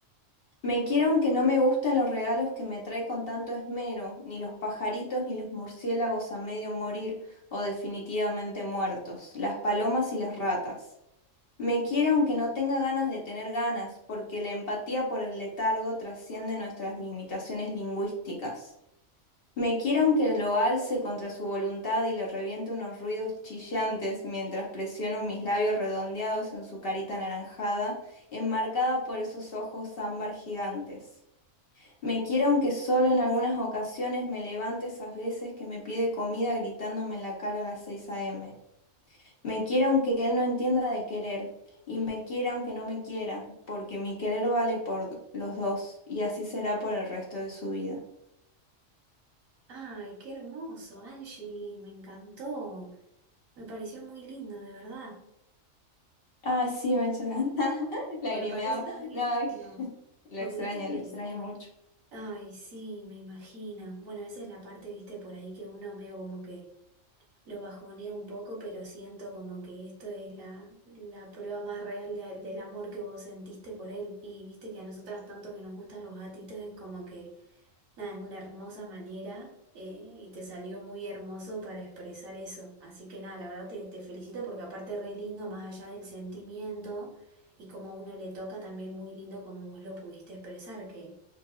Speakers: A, on the left (about 50°); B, on the right (about 85°).
A: Me quiere aunque no me gustan los regalos que me trae con tanto esmero, ni los pajaritos ni los murciélagos a medio morir o definitivamente muertos, las palomas y las ratas. Me quiere aunque no tenga ganas de tener ganas, porque la empatía por el letargo trasciende nuestras limitaciones lingüísticas. Me quiere aunque lo alce contra su voluntad y le reviente unos ruidos chillantes mientras presiono mis labios redondeados en su carita anaranjada, enmarcada por esos ojos ámbar gigantes. Me quiera aunque solo en algunas ocasiones me levante esas veces que me pide comida gritándome en la cara a las 6 a.m. Me quiera aunque él no entienda de querer, y me quiera aunque no me quiera, porque mi querer vale por los dos, y así será por el resto de su vida.
B: Ay, qué hermoso, Angie, me encantó. Me pareció muy lindo, de verdad.
A: Ah, sí, me <laughs> lagrimeaba.
B: Me parece muy
A: No, es
B: lindo.
A: que lo
B: Porque
A: extraño,
B: viste que,
A: lo extraño mucho.
B: ay, sí, me imagino. Bueno, esa es la parte, viste, por ahí que uno veo como que lo bajonea un poco, pero siento como que esto es la, la prueba más real de- del amor que vos sentiste por él. Y viste que a nosotras tanto que nos gustan los gatitos es como que, nada, es una hermosa manera eh, y te salió muy hermoso para expresar eso. Así que nada, la verdad te, te felicito porque aparte es re lindo, más allá del sentimiento y como a uno le toca, también muy lindo como vos lo pudiste expresar, que...